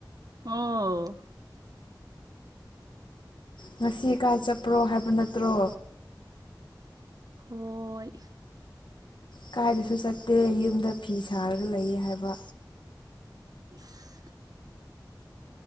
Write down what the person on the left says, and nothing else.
ꯉꯁꯤ ꯀꯥꯏ ꯆꯠꯄ꯭ꯔꯣ ꯍꯥꯏꯕ ꯅꯠꯇ꯭ꯔꯣ
ꯀꯥꯏꯗꯁꯨ ꯆꯠꯇꯦ ꯌꯨꯝꯗ ꯐꯤ ꯁꯥꯔꯒ ꯂꯩꯌꯦ ꯍꯥꯏꯕ